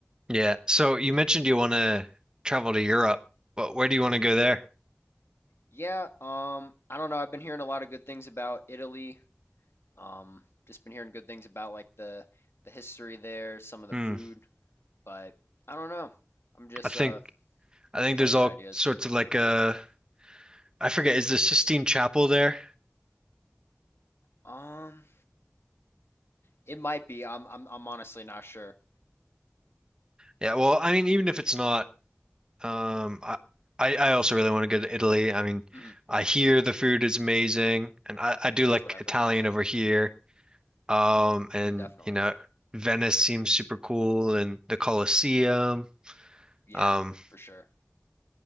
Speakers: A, on the right; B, on the left.
A: Yeah. So you mentioned you want to travel to Europe, but where do you want to go there?
B: Yeah, um, I don't know. I've been hearing a lot of good things about Italy. Um, just been hearing good things about like the the history there, some of the
A: Hmm.
B: food, but I don't know. I'm just
A: I think
B: uh
A: I think
B: trying
A: there's
B: to get
A: all
B: ideas.
A: sorts of like uh I forget is the Sistine Chapel there?
B: Um, it might be. I'm I'm I'm honestly not sure.
A: Yeah. Well, I mean, even if it's not. Um, I, I I also really want to go to Italy. I mean,
B: Mhm,
A: I hear the food is amazing, and I, I do like
B: That's what I've
A: Italian
B: heard. Yeah,
A: over here. Um, and
B: definitely.
A: you know, Venice seems super cool, and the Colosseum.
B: Yeah,
A: Um,
B: for sure.